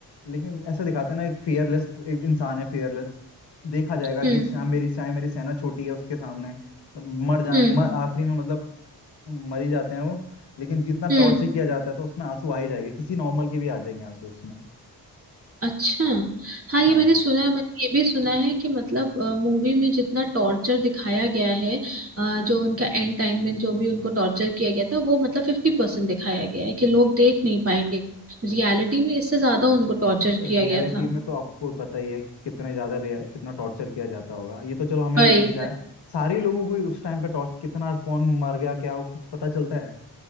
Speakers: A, on the left; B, on the right.
A: लेकिन ऐसा दिखाते हैं ना एक फियरलेस एक इंसान है फियरलेस देखा जाएगा
B: हम्म
A: कि चाहे मेरी चाहे मेरी सेना छोटी है उसके सामने मर जा
B: हम्म
A: मर, आखिरी में मतलब मर ही जाते हैं वो लेकिन जितना
B: हम्म
A: टॉर्चर किया जाता है तो उसमें आंसू आ ही जाएंगे किसी नॉर्मल के भी आ जाएंगे आंसू उसमें
B: अच्छा हाँ ये
A: हाँ
B: मैंने सुना है मैंने ये भी सुना है कि मतलब मूवी में जितना टॉर्चर दिखाया गया है अ, जो उनका एंड टाइम में जो भी उनको टॉर्चर किया गया था वो मतलब फिफ्टी परसेंट दिखाया गया है कि लोग देख नहीं पाएंगे रियलिटी में इससे ज्यादा उनको टॉर्चर
A: रियलिटी
B: किया गया था
A: में तो आपको पता ही है कि कितने ज्यादा रिय- कितना टॉर्चर किया जाता होगा ये तो चलो हमें
B: वही
A: ये दिखाया
B: वही।
A: सारे लोगों को ही उस टाइम पे टॉर्च कितना कौन मर गया क्या वो कुछ पता चलता है